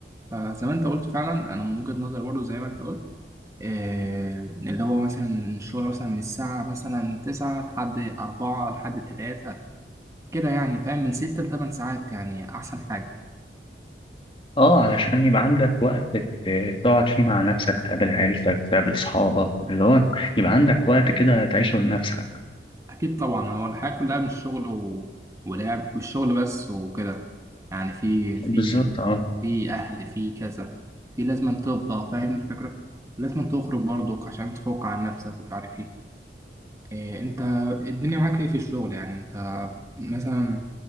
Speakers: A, on the right; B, on the left.
A: فزي ما انت قلت فعلا انا من وجهه نظري برضو زي ما انت قلت آه اللي هو مثلا الشغل مثلا من الساعه مثلا 9 لحد 4 لحد 3 كده يعني فاهم من 6 ل 8 ساعات يعني احسن حاجه
B: اه علشان يبقى عندك وقت ت- تقعد فيه مع نفسك تقابل عيلتك تقابل أصحابك اللي هو يبقى عندك وقت كده تعيشه لنفسك
A: اكيد طبعا هو الحياه كلها مش شغل و... ولعب والشغل بس وكده يعني في في
B: بالظبط اه
A: في اهل في كذا في لازم تفضى فاهم الفكره لازم تخرج برضك عشان تفوق عن نفسك ومش عارف ايه إيه، انت الدنيا معاك ايه في الشغل يعني انت مثلا